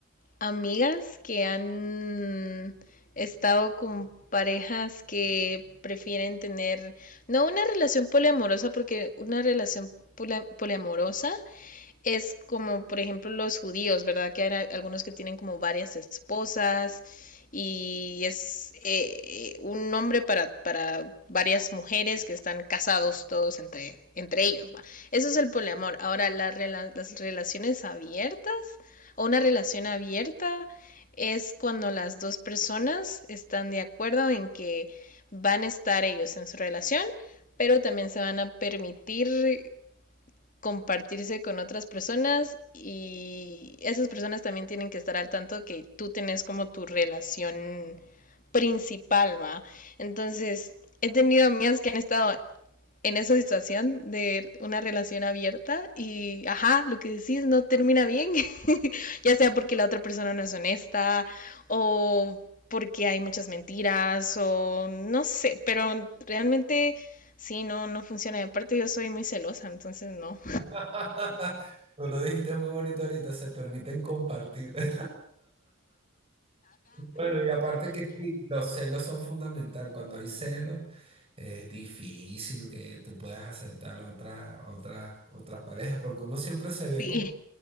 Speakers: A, on the left (about 40°); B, on the right (about 25°).
A: amigas que han estado con parejas que prefieren tener, no una relación poliamorosa, porque una relación poliamorosa es como, por ejemplo, los judíos, ¿verdad? Que hay algunos que tienen como varias esposas y es eh, un nombre para, para, varias mujeres que están casados todos entre, entre ellos. ¿va? Eso es el poliamor. Ahora, la, las relaciones abiertas o una relación abierta es cuando las dos personas están de acuerdo en que van a estar ellos en su relación, pero también se van a permitir compartirse con otras personas y esas personas también tienen que estar al tanto que tú tenés como tu relación principal, ¿va? Entonces, he tenido amigas que han estado en esa situación de una relación abierta y, ajá, lo que decís no termina bien, <laughs> ya sea porque la otra persona no es honesta o porque hay muchas mentiras o no sé, pero realmente sí, no, no funciona. Y aparte yo soy muy celosa, entonces no.
B: <laughs> Tú lo dijiste muy bonito ahorita, se permiten compartir. <laughs> Bueno, y aparte que sí, los celos son fundamental. Cuando hay celos, Es difícil que tú puedas aceptar otras otras otras parejas, porque uno siempre se
A: Sí,
B: ve como,